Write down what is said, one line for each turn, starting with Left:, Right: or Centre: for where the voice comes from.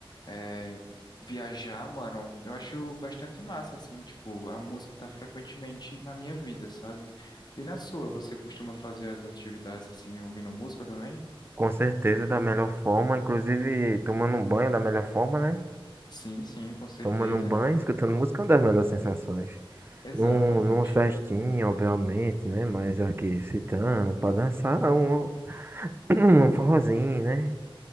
Left: é, viajar, mano. Eu acho bastante massa, assim, tipo, a música tá frequentemente na minha vida, sabe? E na sua, você costuma fazer as atividades, assim, ouvindo música também?
Right: Com certeza, da melhor forma, inclusive tomando um banho da melhor forma, né?
Left: Sim, sim, com certeza.
Right: Tomando um banho, escutando música é uma das melhores sensações.
Left: Exatamente.
Right: Num, numa festinha, obviamente, né? Mas aqui, citando, pra dançar, um, <clears throat> um forrozinho, né?